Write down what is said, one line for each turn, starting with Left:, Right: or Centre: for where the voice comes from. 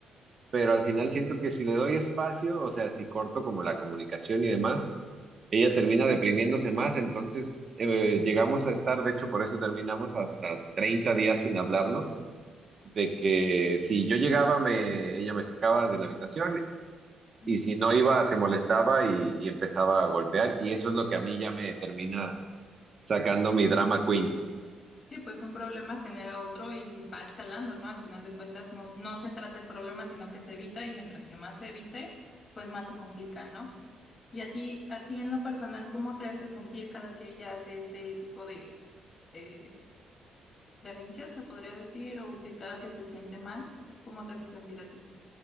Right: pero al final siento que si le doy espacio, o sea, si corto como la comunicación y demás, ella termina deprimiéndose más, entonces eh, llegamos a estar, de hecho por eso terminamos hasta 30 días sin hablarnos, de que si yo llegaba, me, ella me sacaba de la habitación
Left: ujú.
Right: y si no iba, se molestaba y, y empezaba a golpear y eso es lo que a mí ya me termina sacando mi drama queen.
Left: Sí, pues un problema genera otro y va escalando, ¿no? Al final de cuentas, no, no se trata el problema, sino que se evita y mientras que más se evite, pues más se complica, ¿no? ¿Y a ti, a ti en lo personal, cómo te hace sentir cada que ella hace este tipo de eh, berrinches, se podría decir, o que cada que se siente mal, cómo te hace sentir a ti?